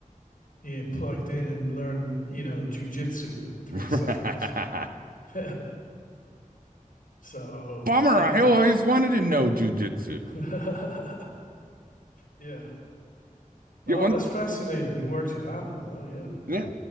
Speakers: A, on the left; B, on the right.
A: yeah, plugged in and learn, you know, jujitsu in three
B: <laughs> Bummer.
A: seconds. <laughs> So,
B: I
A: yeah.
B: always wanted to know jujitsu.
A: <laughs> Yeah.
B: Yeah,
A: Oh,
B: one.
A: that's fascinating. You worked at Apple. Oh, yeah.
B: Yeah.